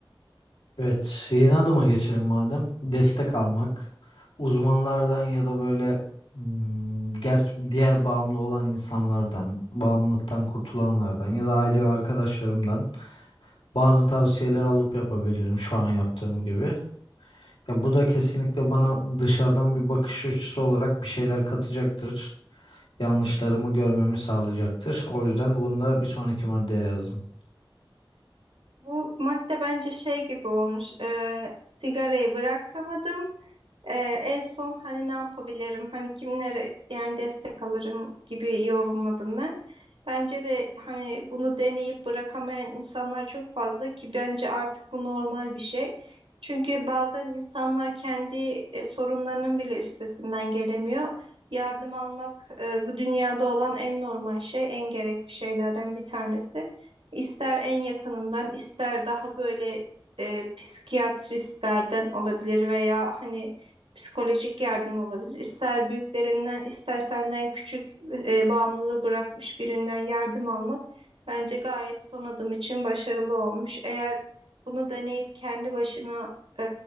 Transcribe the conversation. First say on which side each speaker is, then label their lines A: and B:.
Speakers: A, on the left; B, on the right.
A: Evet, yeni adıma geçelim madem. Destek almak. Uzmanlardan ya da böyle hmm, ger diğer bağımlı olan insanlardan, bağımlılıktan kurtulanlardan ya da aile ve arkadaşlarımdan bazı tavsiyeler alıp yapabilirim şu an yaptığım gibi. Ya bu da kesinlikle bana dışarıdan bir bakış açısı olarak bir şeyler katacaktır. Yanlışlarımı görmemi sağlayacaktır. O yüzden bunu da bir sonraki maddeye yazdım.
B: Bu madde bence şey gibi olmuş. e, sigarayı bırakamadım. E, en son hani ne yapabilirim? Hani kimlere yani destek alırım gibi yorumladım ben. Bence de hani bunu deneyip bırakamayan insanlar çok fazla ki bence artık bu normal bir şey. Çünkü bazen insanlar kendi e, sorunlarının bile üstesinden gelemiyor. Yardım almak e, bu dünyada olan en normal şey, en gerekli şeylerden bir tanesi. İster en yakınından, ister daha böyle e, psikiyatristlerden olabilir veya hani psikolojik yardım olabilir. İster büyüklerinden, ister senden küçük e, bağımlılığı bırakmış birinden yardım almak bence gayet son adım için başarılı olmuş. Eğer bunu deneyip kendi başına e,